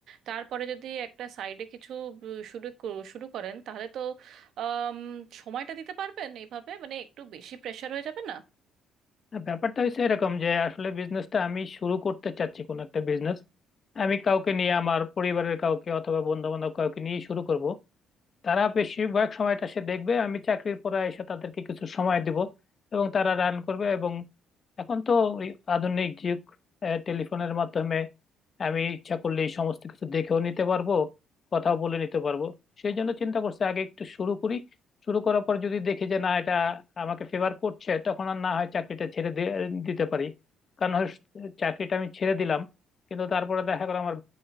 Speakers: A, on the right; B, on the left.
A: তারপরে যদি একটা সাইডে কিছু উম, শুরু ক- শুরু করেন তাহলে তো আম, সময়টা দিতে পারবেন এইভাবে মানে একটু বেশি প্রেশার হয়ে যাবে না
B: না, ব্যাপারটা হচ্ছে এরকম যে আসলে বিজনেসটা আমি শুরু করতে চাচ্ছি কোন একটা বিজনেস আমি কাউকে নিয়ে আমার পরিবারের কাউকে অথবা বন্ধু বান্ধব কাউকে নিয়ে শুরু করব তারা বেশিরভাগ সময়টা সে দেখবে আমি চাকরির পরে এসে তাদেরকে কিছু সময় দিব এবং তারা রান করবে এবং এখন তো ওই আধুনিক যুগ টেলিফোনের মাধ্যমে আমি ইচ্ছা করলে এই সমস্ত কিছু দেখেও নিতে পারবো কথা বলে নিতে পারবো সেই জন্য চিন্তা করছি আগে একটু শুরু করি শুরু করার পর যদি দেখি যে না এটা আমাকে ফেভার করছে তখন আর না হয় চাকরিটা ছেড়ে দিয়ে- দিতে পারি কারণ হয় চাকরিটা আমি ছেড়ে দিলাম কিন্তু তারপরে দেখা গেলো আমার